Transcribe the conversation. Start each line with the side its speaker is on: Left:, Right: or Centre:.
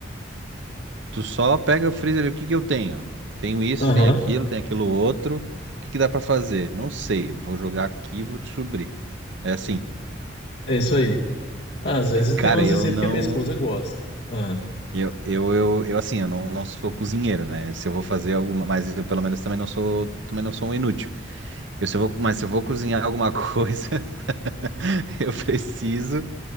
Right: Tu só pega, frisa ali, o que que eu tenho? Tenho isso,
Left: Aham,
Right: tenho aquilo, tenho aquilo outro. O que que dá pra fazer? Não sei. Vou jogar aqui, e vou descobrir. É assim,
Left: é isso aí. Ah, às vezes
Right: cara,
Left: tem umas
Right: eu
Left: receitas
Right: não.
Left: que a minha esposa gosta. Ah,
Right: Eu, eu, eu, eu assim, eu não, não sou cozinheiro, né? Se eu vou fazer alguma. Mas eu pelo menos também não sou, também não sou um inútil. Eu, se eu vou, mas se eu vou cozinhar alguma <laughs> coisa. <laughs> Eu preciso